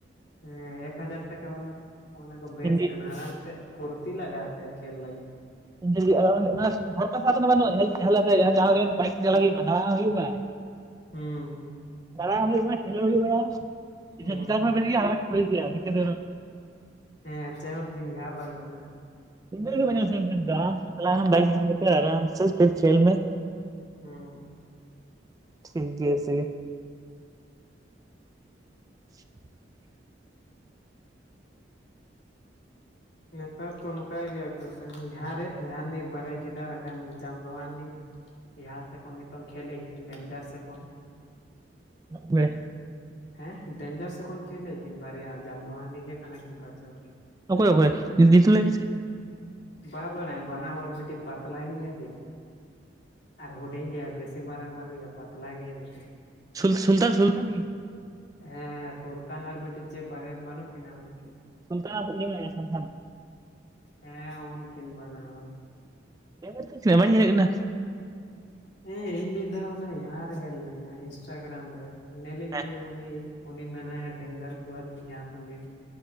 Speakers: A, on the left; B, on the right.
A: ᱦᱮᱸ ᱮᱠ ᱦᱟᱡᱟᱨ ᱴᱟᱠᱟ ᱵᱟᱞᱟ ᱚᱱᱟ ᱠᱚ ᱵᱮᱥ
B: ᱤᱱᱰᱤ
A: ᱠᱟᱱᱟ ᱟᱨᱟᱢ ᱛᱮ ᱯᱷᱩᱨᱛᱤ ᱞᱟᱜᱟᱜᱼᱟ ᱥᱮ ᱠᱷᱮᱞ ᱞᱟᱹᱜᱤᱫ᱾
B: ᱤᱧ ᱴᱷᱮ ᱡᱩᱫᱤ ᱟᱨᱟᱣ <unintelligible> ᱠᱟᱱᱟ ᱥᱮ᱾ ᱫᱷᱟᱨ ᱯᱟᱥᱟ ᱦᱚᱸ ᱛᱚ ᱵᱟᱹᱱᱩᱜ ᱦᱮᱡ ᱦᱚᱞᱮᱛᱮ ᱡᱟᱦᱟᱸ ᱜᱮ ᱵᱟᱭᱤᱠ ᱛᱮ ᱪᱟᱞᱟᱜ ᱦᱩᱭᱩᱜ ᱢᱟ ᱫᱟᱬᱟᱱ ᱦᱩᱭᱩᱜ ᱢᱮ᱾
A: ᱦᱩᱸ᱾
B: ᱫᱟᱬᱟ ᱦᱚᱸ ᱦᱩᱭᱩᱜ ᱢᱟ ᱠᱷᱮᱞ ᱦᱚᱸ ᱦᱩᱭᱩᱜ ᱦᱚᱸ
A: ᱦᱩᱸ
B: ᱤᱧ ᱦᱚ ᱪᱮᱛᱟᱱ ᱠᱷᱚᱱᱟ ᱵᱮᱞ ᱜᱮᱭᱟ ᱟᱨᱠᱷᱟ ᱠᱩᱠᱞᱤ ᱜᱮᱭᱟ ᱱᱤᱠᱟᱹ ᱛᱮᱫᱚ
A: ᱦᱮᱸ ᱪᱮ ᱚᱫ ᱫᱤᱦᱟᱸ ᱵᱟᱹᱱᱩᱜᱼᱟ᱾
B: <unintelligible> ᱟᱨᱟᱢ ᱛᱮ ᱪᱟᱞᱟᱣ ᱮᱱᱟᱢ ᱵᱟᱭᱤᱠ ᱤᱫᱤ ᱠᱟᱛᱮ ᱟᱨᱟᱢ ᱥᱮ ᱯᱷᱤᱨ ᱠᱷᱮᱞ ᱢᱮ᱾
A: ᱦᱩᱸ
B: ᱴᱷᱤᱠ ᱜᱮᱭᱟ ᱥᱮ ᱜᱮ <unintelligible>
A: ᱱᱮᱛᱟᱨ ᱫᱚ ᱚᱱᱠᱟ ᱜᱮᱭᱟᱭ ᱠᱚᱥᱮ ᱫᱷᱟᱨᱮ ᱤᱦᱟᱨᱱᱤ ᱵᱟᱨᱭᱟ ᱜᱤᱫᱟᱹᱨ ᱟᱠᱟᱱᱤ ᱡᱟᱢ ᱫᱚᱦᱟ ᱨᱤᱱᱤᱡ ᱤᱦᱟ ᱥᱮ ᱠᱷᱚᱱ ᱱᱤᱛᱚᱝ ᱠᱷᱮᱞᱮᱠᱤᱱ ᱰᱮᱧᱡᱟᱨ ᱥᱮᱠᱷᱚᱱ
B: ᱩ <unintelligible> ᱮ
A: ᱦᱮᱸ ᱰᱮᱧᱡᱟᱨ ᱥᱮ ᱠᱷᱚᱱ ᱠᱷᱮᱞᱼᱟ ᱠᱤᱱ ᱵᱟᱨᱭᱟ ᱡᱟᱢ ᱫᱚᱦᱟᱱᱤ ᱜᱮ ᱠᱟᱱᱟ ᱠᱤᱱ ᱯᱟᱪᱮ ᱩᱱᱚᱠᱤᱱ
B: ᱚᱠᱚᱭ ᱚᱠᱚᱭ <inaudible> ᱞᱟᱹᱭ ᱢᱮᱥᱮ
A: ᱵᱟ ᱵᱟᱲᱟᱭ ᱵᱟᱱᱟ ᱦᱚᱲ ᱢᱤᱫᱴᱤᱡ ᱯᱟᱛᱞᱟ ᱜᱮᱭᱟᱭ ᱡᱮ ᱟᱨ ᱦᱩᱰᱤᱧ ᱜᱮᱭᱟᱭ ᱵᱮᱥᱤ ᱢᱟᱨᱟᱝ ᱵᱟᱹᱱᱩᱭᱟ ᱯᱟᱛᱞᱟ ᱜᱮᱭᱟᱭ ᱢᱤᱫᱴᱤᱡ
B: ᱥᱩ ᱩᱞᱛᱟᱱ ᱥᱩᱞᱛᱟᱱ
A: ᱦᱮᱸ ᱥᱩᱞᱛᱟᱱ ᱟᱨ ᱢᱤᱫᱴᱤᱡ ᱪᱮᱫ ᱵᱟᱨᱭᱟ ᱵᱟᱹᱱᱩᱜ ᱠᱤᱱᱟᱹ ᱩᱱᱠᱤᱱ
B: ᱥᱩᱞᱛᱟᱱ ᱟᱨ ᱤᱭᱟ ᱢᱮᱱᱟᱭᱟ ᱥᱟᱞᱠᱷᱟᱱ
A: ᱦᱮᱸ ᱩᱱᱚ ᱠᱤᱱ ᱵᱟᱱᱟ ᱦᱚᱲ
B: <inaudible> ᱵᱟᱹᱧ ᱧᱮᱞᱮᱫ ᱠᱤᱱᱟᱹ
A: ᱦᱮᱸ ᱤᱧ ᱢᱤᱫ ᱫᱷᱟᱣ ᱚᱱᱟ ᱡᱟᱦᱟᱸᱨ ᱨᱮ ᱦᱮᱡ ᱞᱮᱱᱟᱹᱭ ᱧᱟ ᱤᱱᱥᱴᱟᱜᱨᱟᱢ ᱨᱮ ᱱᱮᱞᱮᱠᱤᱱᱟᱹ
B: ᱦᱮᱸ
A: ᱠᱤᱱᱟᱹᱧ ᱩᱱᱤ ᱩᱱᱤ ᱢᱮᱱᱟᱭᱟ ᱰᱮᱧᱡᱟᱨ ᱠᱞᱟᱵᱽ ᱨᱤᱱ ᱡᱟᱦᱟᱸ <inaudible>